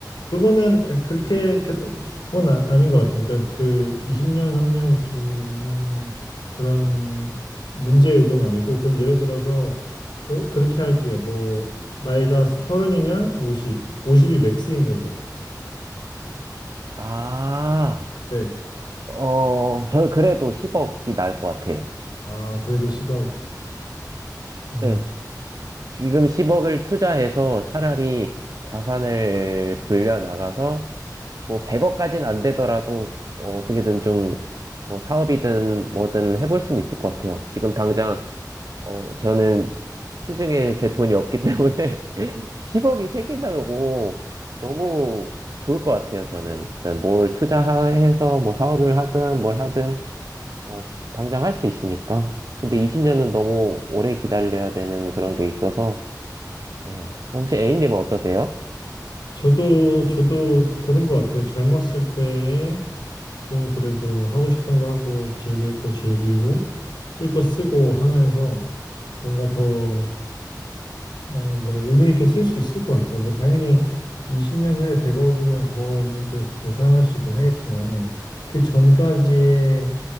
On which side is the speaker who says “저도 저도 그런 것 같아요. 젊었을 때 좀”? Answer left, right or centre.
Left